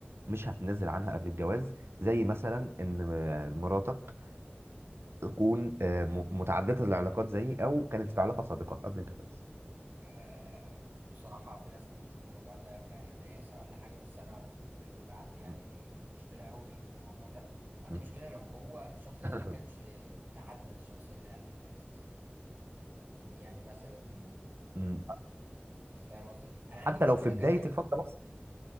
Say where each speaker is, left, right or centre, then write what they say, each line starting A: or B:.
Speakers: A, on the right; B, on the right.
A: مش هتنزل عنها قبل الجواز زي مثلا ان مراتك تكون آه، م- متعددة العلاقات زيي أو كانت في علاقة سابقة قبل الجواز
B: آه بصراحة في ناس ممكن تشوف الموضوع ده كدياسة ولا حاجة بس أنا مش بيبقى عندي يعني
A: م-
B: مشكلة قوي من الموضوع ده عندي
A: م-
B: مشكلة لو هو الشخص ده
A: <laughs>
B: ما كانش تعدى الشخص اللي قبلي أساسا يعني مثلا أنت
A: م-
B: فاهم قصدي أنا عندي
A: حتى
B: مشكلة
A: لو في بداية
B: كمان
A: الفترة بس